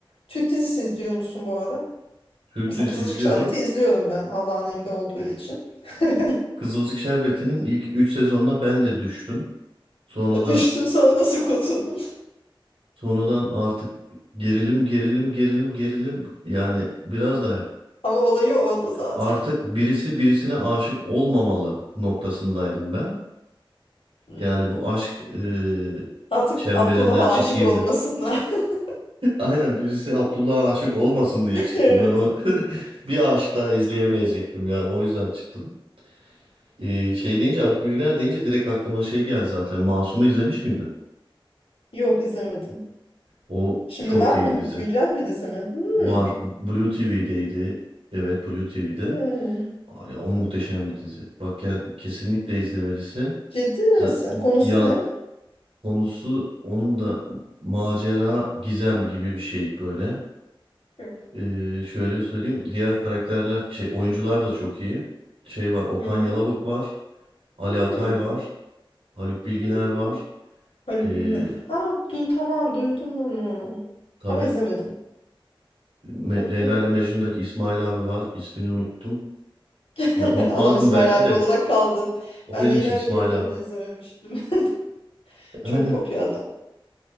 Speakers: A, on the left; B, on the right.
A: Türk dizisi izliyor musun bu arada?
B: Türk
A: Mesela
B: dizisi
A: Kızılcık
B: izliyorum.
A: Şerbeti izliyorum ben Allah'ın emri olduğu için. <laughs>
B: Kızılcık Şerbeti'nin ilk 3 sezonuna ben de düştüm. Sonradan
A: Düştün sonra nasıl kurtuldun?
B: sonradan artık gerilim gerilim gerilim gerilim yani biraz da
A: Ama olayı orada zaten.
B: artık birisi birisine aşık olmamalı noktasındaydım ben.
A: Hı.
B: Yani bu aşk e,
A: Artık
B: çemberinden
A: Abdullah'a
B: çıkayım
A: aşık olmasınlar.
B: da
A: <laughs>
B: Aynen birisi Abdullah'a aşık olmasın diye çıktım.
A: Evet.
B: Ben onu <laughs> bir aşık daha izleyemeyecektim yani o yüzden çıktım. Ee, şey deyince Haluk Bilginer deyince direkt aklıma şey geldi zaten. Masum'u izlemiş miydin?
A: Yok izlemedim.
B: O
A: Şimdi
B: çok
A: var
B: iyi
A: mı?
B: bir dizi.
A: Güncel bir dizi mi? Hmm.
B: Var. Blue TV'deydi. Evet Blue TV'de.
A: Hmm.
B: Aa, Ya, o muhteşem bir dizi. Bak ya kesinlikle izlemelisin.
A: Ciddi misin?
B: Z-
A: Konusu
B: Yan
A: ne?
B: konusu onun da macera gizem gibi bir şey böyle.
A: Hı
B: Ee, şöyle söyleyeyim. Diğer karakterler şey oyuncular da çok iyi. Şey var Okan
A: hı.
B: Yalabık var. Ali
A: Hmm.
B: Atay var. Haluk Bilginer
A: Hmm.
B: var.
A: Haluk
B: Ee,
A: Bilginer. Ha,
B: ş-
A: duy, tamam duydum onu.
B: tabii
A: Ama izlemedim.
B: Me-
A: Bakayım.
B: Leyla ile Mecnun'daki İsmail abi var. İsmini unuttum.
A: <laughs>
B: Ya unutmazdım
A: Adam İsmail
B: belki
A: abi
B: de.
A: olarak kaldı.
B: O
A: Ben
B: benim
A: Leyla
B: için İsmail
A: ile Mecnun'u
B: abi.
A: da izlememiştim. <laughs>
B: <laughs> Aynen.
A: Çok pop bir adam.